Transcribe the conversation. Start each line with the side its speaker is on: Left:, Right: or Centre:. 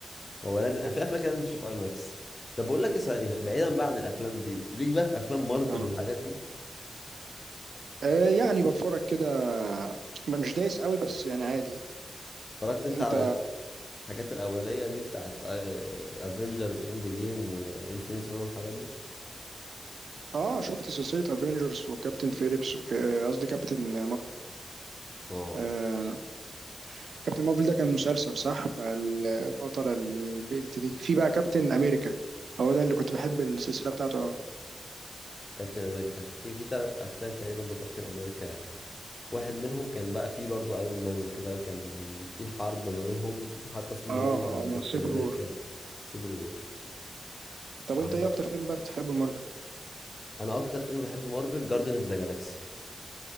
Left: هو لازم في افلام كده لازم تشوف اي ماكس طب بقول لك ايه صحيح بعيدا بقى عن الافلام دي ليك بقى في افلام مارفل
Right: آه.
Left: والحاجات دي
Right: آه يعني بتفرج كده م- مش دايس قوي بس يعني عادي
Left: اتفرجت انت
Right: انت
Left: على الحاجات الاوليه دي بتاعت افنجرز اند جيم وانفينيتي وور والحاجات دي
Right: اه شفت سلسلة افنجرز وكابتن فيليبس وك- قصدي كابتن
Left: اه
Right: مارفل كابتن مارفل ده كان مسلسل صح بتاع البطلة البنت دي في بقى كابتن أمريكا هو ده اللي كنت بحب السلسلة بتاعته أوي
Left: كابتن امريكا في كي- في ثلاث افلام تقريبا لكابتن امريكا واحد منهم كان بقى فيه برضو ايرون مان وكده كان في حرب ما بينهم حتى اسمه
Right: اه
Left: هو كابتن
Right: سيفل
Left: امريكا
Right: وور
Left: سيفل وور
Right: طب
Left: عم...
Right: أنت إيه أكتر فيلم بقى بتحبه المارفل
Left: انا اكتر فيلم بحب مارفل جاردن اوف ذا جالاكسي